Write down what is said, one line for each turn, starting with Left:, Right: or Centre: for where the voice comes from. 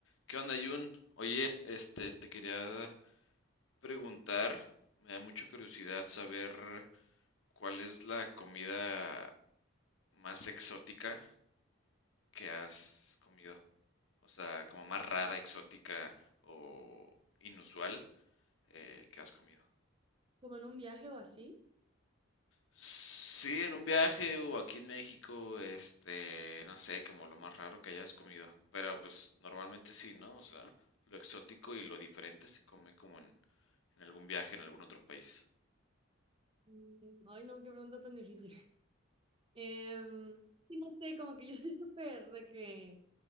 Left: ¿Qué onda, Jun? Oye, este, te quería preguntar, me da mucha curiosidad saber cuál es la comida más exótica que has comido. O sea, como más rara, exótica o inusual eh, que has comido.
Right: como en un viaje o así.
Left: Sí, en un viaje o aquí en México, este, no sé, como lo más raro que hayas comido. Pero pues normalmente sí, ¿no? O sea, lo exótico y lo diferente se come como en en algún viaje en algún otro país.
Right: Mm, Ay, no, qué pregunta tan difícil. <laughs> Em, sí, no sé, como que yo soy súper de que